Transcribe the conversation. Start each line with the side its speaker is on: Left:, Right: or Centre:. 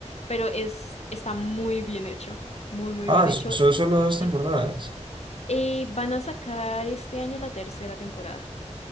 Left: pero es, está muy bien hecho, muy, muy
Right: Ah,
Left: bien
Right: s-
Left: hecho.
Right: son solo dos temporadas.
Left: Eh, eh, van a sacar este año la tercera temporada.